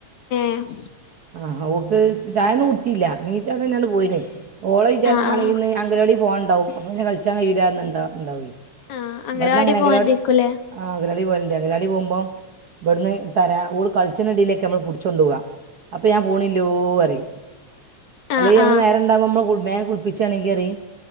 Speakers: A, on the left; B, on the right.
A: ഉമ്
B: ആഹ് ഓക്ക് ചായ ഒന്നും കുടിച്ചീല്ല നീച്ചപാടെന്നെ ആണ്ട് പോയിന്. ഓളെ വിചാരം
A: ആഹ്
B: മാണെങ്കി
A: ആഹ്
B: ഇന്ന് അങ്കലവാടി പോണ് ണ്ടാവും അപ്പോ പിന്നെ കളിച്ചാൻ കഴീല്ല ന്ന്ണ്ട ഉണ്ടാവെയ്.
A: ആഹ് അംഗനവാടി
B: ഇബടന്നങ്ങനെ അംഗലവാടി
A: പോവാണ്ടേക്കൂലേ
B: ആഹ് അംഗലവാടി പോവലുണ്ട് അംഗലവാടി പോകുമ്പോ ഇവിടുന്ന് തരാ ഓൾ കളിച്ചണ തിനി ടയിലൊക്കെ നമ്മൾ പിടിച്ചു കൊണ്ട് പോവ. അപ്പോ ഞാൻ പോണില്ലോ പറിം. അല്ലെങ്കി
A: ആഹ്
B: ഇവിടെ
A: ആഹ്
B: നേരണ്ടാക്മ്പോ ഇമ്മ കുളി വേം കുളിപ്പിച്ചാണെങ്കി പറയും